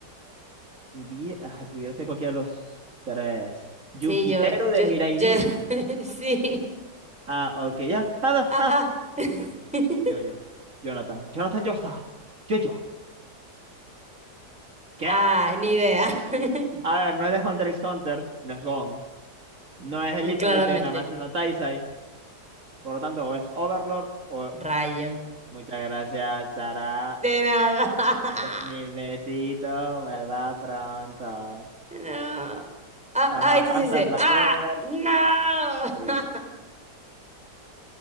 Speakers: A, on the right; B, in the centre.
A: Pudie- ay, pudiera ser cualquiera de los tres. Yukitero
B: Sí, yo, yo,
A: de Mirai
B: yo,
A: Nikki.
B: <laughs> sí.
A: Ah, ok, ya. Ah,
B: Ajá.
A: no, Yo, yo,
B: <laughs>
A: yo, yo, Jonathan, Jonathan Joestar, yo, yo. ¿Qué?
B: Ah, ni idea. <laughs>
A: A ver, no es de Hunter x Hunter, no es Gon, no es Elizabeth
B: Claramente.
A: de Nanatsu no Taizai, por lo tanto, o es Overlord o.
B: Rayo.
A: Muchas gracias, Sara.
B: De nada. <laughs>
A: De- mil besitos, vuelva pronto.
B: No. Ah,
A: Ajá,
B: ah, esto
A: hasta
B: sí sé.
A: Black
B: Ah,
A: Clover.
B: no.
A: Sí.
B: <laughs>